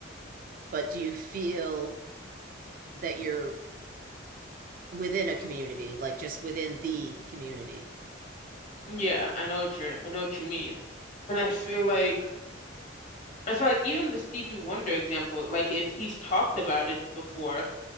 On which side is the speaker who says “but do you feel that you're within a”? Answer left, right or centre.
Right